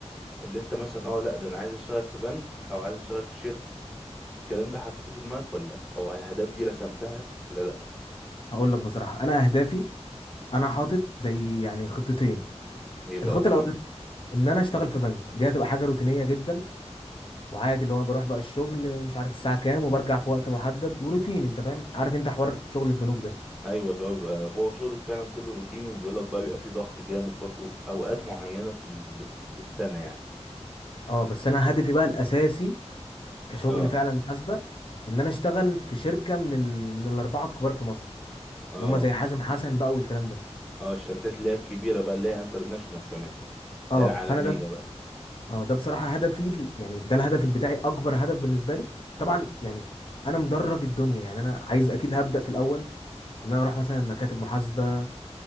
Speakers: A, in the centre; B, on the left (about 50°).
A: اللي انت مثلا اه لا ده انا عايز اشتغل في بنك او عايز اشتغل في شركة الكلام ده حطيته في دماغك ولا لا او الاهداف دي رسمتها ولا لا
B: هقول لك بصراحه انا اهدافي انا حاطط زي يعني خطتين
A: ايه بقى
B: الخطه
A: هما
B: الاولانيه ان انا اشتغل في بنك دي هتبقى حاجه روتينيه جدا وعادي اللي هو أنا بروح بقى الشغل مش عارف الساعه كام وبرجع في وقت محدد وروتيني انت فاهم عارف انت حوار شغل البنوك ده
A: ايوه اللي هو بيبقى هو شغله فعلا كله روتيني وبيقول لك بقى بيبقى فيه ضغط جامد برضو اوقات معينة في ال... في السنة يعني
B: اه بس انا هدفي بقى الاساسي كشغل
A: اه
B: فعلا محاسبه ان انا اشتغل في شركه من ال... من الاربعه الكبار في مصر
A: اه
B: اللي هم زي حازم حسن بقى والكلام ده
A: اه الشركات اللي هي الكبيرة بقى اللي هي انترناشونال كمان
B: اه
A: اللي هي العالمية
B: فانا ده اه ده بصراحه هدفي ال- يعني ده الهدف بتاعي اكبر هدف بالنسبه لي طبعا يعني انا مدرج الدنيا يعني انا عايز اكيد هبدا في الاول ان انا اروح مثلا مكاتب محاسبه